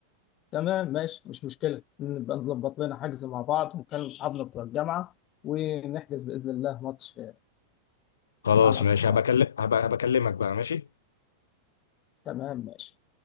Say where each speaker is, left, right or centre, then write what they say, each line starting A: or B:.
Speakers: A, on the left; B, on the left.
A: تمام ماشي مش مشكلة نبقى نظبط لنا حجز مع بعض ونكلم أصحابنا بتوع الجامعة ونحجز بإذن الله ماتش
B: خلاص
A: مع الأصدقاء
B: ماشي هبكلم هبقى هبكلمك بقى ماشي
A: تمام ماشي